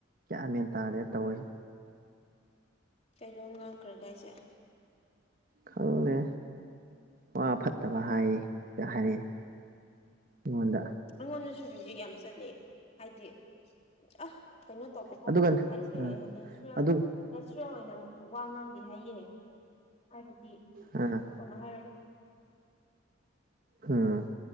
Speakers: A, on the right; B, on the left.
A: ꯀꯌꯥ ꯃꯦꯟ ꯇꯥꯗꯦ ꯇꯧꯔꯤꯁꯤ
B: ꯀꯂꯣꯝ ꯉꯥꯡꯈ꯭ꯔꯒ ꯑꯩꯁꯦ
A: ꯈꯪꯗꯦ ꯋꯥ ꯐꯠꯇ ꯋꯥ ꯍꯥꯏꯌꯦ ꯆ ꯍꯥꯏꯔꯛꯑꯦ ꯑꯩꯉꯣꯟꯗ
B: ꯑꯩꯉꯣꯟꯗꯁꯨ ꯖꯤꯛ ꯌꯥꯝ ꯆꯠꯂ ꯍꯥꯏꯗꯤ ꯑ ꯀꯩꯅꯣ ꯇꯧꯕꯀꯣ
A: ꯑꯗꯨꯒ
B: ꯑꯩꯁꯦ
A: ꯑꯥ
B: ꯅꯦꯆꯔꯦꯜ
A: ꯑꯗꯨ
B: ꯈꯦ ꯑꯣꯏꯅ ꯋꯥ ꯉꯥꯡꯗꯦ ꯍꯥꯏꯌꯦꯦ ꯍꯥꯏꯕꯗꯤ
A: ꯑꯥ
B: ꯀꯅ ꯍꯥꯏꯔꯒ
A: ꯍꯥꯝ